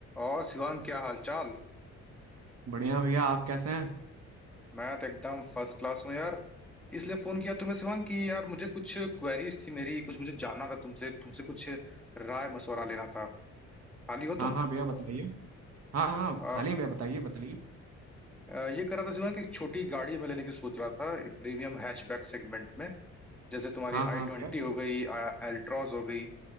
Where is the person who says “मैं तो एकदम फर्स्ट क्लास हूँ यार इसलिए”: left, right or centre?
Centre